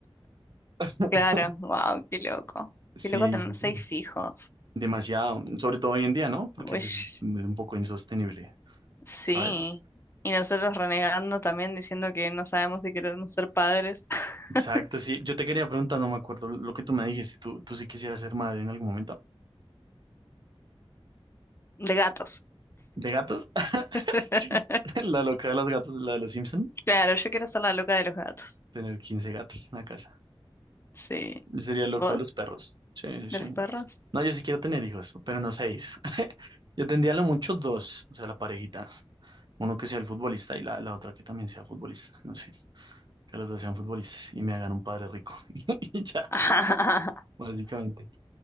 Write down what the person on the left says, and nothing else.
claro, wow, qué loco.
Qué loco tener
seis hijos.
Uish,
sí.
Y nosotros renegando también diciendo que no sabemos si queremos ser padres <laughs>
de gatos.
<laughs>
Claro, yo quiero ser la loca de los gatos.
Sí.
¿Vos?
¿De
los perros?
<laughs>